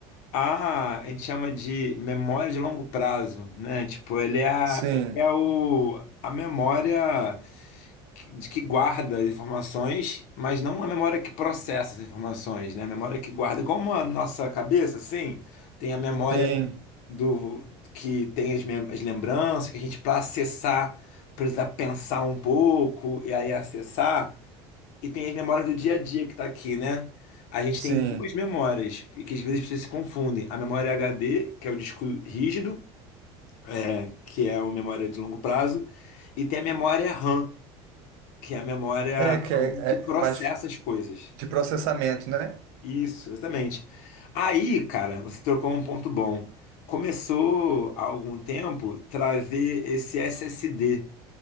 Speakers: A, on the left (about 70°); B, on the right (about 75°).
A: a, a gente chama de memória de longo prazo, né? Tipo, ele é, a-
B: Sim,
A: ele é o, a memória que- de que guarda as informações, mas não a memória que processa as informações, né? A memória que guarda, como a nossa cabeça, assim, tem a memória
B: sim,
A: do que tem as, mem- as lembranças, que a gente, para acessar, precisa pensar um pouco e aí acessar. E tem as memórias do dia a dia que tá aqui, né? A gente
B: sim.
A: tem duas memórias, e que às vezes as pessoas se confundem. A memória HD, que é o disco rígido, é, que é uma memória de longo prazo, e tem a memória RAM, que é a memória
B: É que
A: onde
B: é,
A: processa
B: é mais
A: as coisas.
B: de processamento, né?
A: Isso, exatamente. Aí, cara, você trocou um ponto bom. Começou há algum tempo trazer esse SSD.